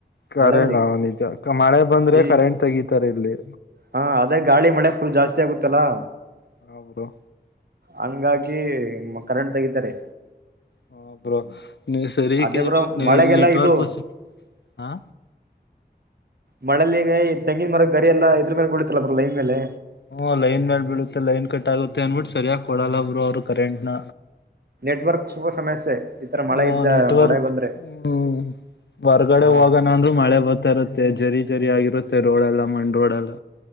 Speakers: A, on the left (about 85°); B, on the right (about 65°).
A: ಖರೆ
B: ಮಳೇಲಿ
A: ಹ ನಿಜ ಮಳೆ ಬಂದ್ರೆ
B: ಈ
A: ಕರೆಂಟ್ ತೆಗೀತಾರ ಇಲ್ಲಿ.
B: ಹಾ ಅದೇ ಗಾಳಿ ಮಳೆ ಫುಲ್ ಜಾಸ್ತಿ ಆಗುತ್ತಲ್ಲಾ.
A: ಅವ್ರು.
B: ಹಂಗಾಗಿ ಮ ಕರೆಂಟ್ ತೆಗಿತಾರೆ.
A: ಹ ಬ್ರೋ ಸರಿ <unintelligible>
B: ಅದೇ ಬ್ರೋ ಮಳೆಗೆಲ್ಲ
A: ನೆಟ್ವರ್ಕ್ು
B: ಇದು
A: <unintelligible> ಹ
B: ಮಳಲಿ ಈಗ ತೆಂಗಿನ್ ಮರ ಗರಿ ಎಲ್ಲ ಇದ್ರ ಮ್ಯಾಲೇ ಬೀಳತ್ತಲ್ಲ ಬ್ರೋ ಲೈನ್ ಮೇಲೆ.
A: ಹ್ಮ್ಮ್ ಲೈನ್ ಮ್ಯಾ ಬೀಳುತ್ತೆ ಲೈನ್ ಕಟ್ ಆಗುತ್ತೆ ಅನ್ಬಿಟ್ಟು ಸರಿಯಾಗಿ ಕೊಡಲ್ಲ ಬ್ರೋ ಅವ್ರ ಕರೆಂಟ್ನ.
B: ನೆಟ್ವರ್ಕ್ ತುಂಬಾ ಸಮಸ್ಯೆ ಈತರ ಮಳೆ
A: ಹ
B: ಇದ್ದ
A: ನೆಟ್ವರ್ಕ್
B: ಮಳೆ ಬಂದ್ರೆ.
A: ಹ್ಮ್ ಹೊರ್ಗಡೆ
B: ಹಾ
A: ಹೋಗಣಂದ್ರು ಮಳೆ ಬರ್ತಾ ಇರತ್ತೆ ಜರಿ ಜರಿ ಆಗಿರುತ್ತೆ ರೋಡೆಲ್ಲಾ ಮಣ್ಣು. ರೋಡಲ್ಲ